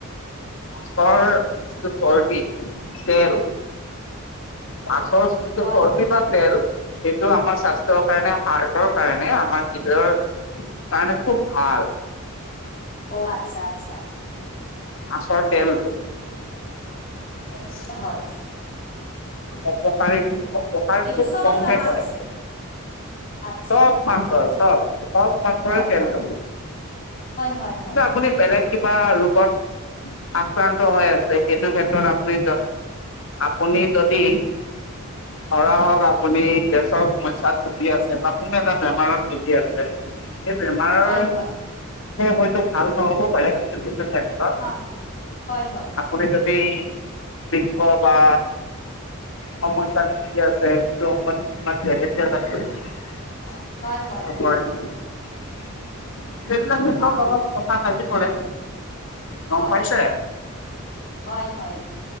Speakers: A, on the left; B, on the left.
A: চৰ যিটো চৰ্বি তেল। মাছ যিটো
B: হয়
A: চৰ্বি তেল সেইটো আমাৰ স্বাস্থ্যৰ কাৰণে হাৰ্টৰ কাৰণে আমাৰ শৰীৰৰ কাৰণে খুব ভাল।
B: অ', আচ্ছা, আচ্ছা।
A: মাছৰ তেলটো <unintelligible>
B: হয়।
A: অপকাৰ অপকাৰ
B: এইটো
A: খুব
B: চবটা
A: কমকে
B: মাছ
A: কৰে।
B: আছে আচ্ছা
A: চব মাছ হয় চব চব। মাছৰে
B: হয়,
A: তেলটো
B: হয়, হয়, হয়।
A: কিন্তু আপুনি বেলেগ কিবা ৰোগত আক্ৰান্ত হৈ আছে সেইটো ক্ষেত্ৰত আপুনি আপুনি যদি ধৰা
B: হয়
A: হওঁক আপুনি গেছৰ সমস্যাত ভূগি আছে বা কোনো এটা বেমাৰত ভূগি আছে। এই বেমাৰৰ
B: হয় হয়
A: হয়তো ভাল নহ'ব পাৰে কিন্তু কিছু ক্ষেত্ৰত
B: হা হা হয় হয়
A: আপুনি যদি বৃক্ষ বা সমস্যাত ভূগি আছে। <unintelligible>
B: হয় হয়
A: সে
B: হা
A: চব
B: হা
A: অলপ কথা ভাজি পৰে। গম
B: হয়
A: পাইছে?
B: হয় হয়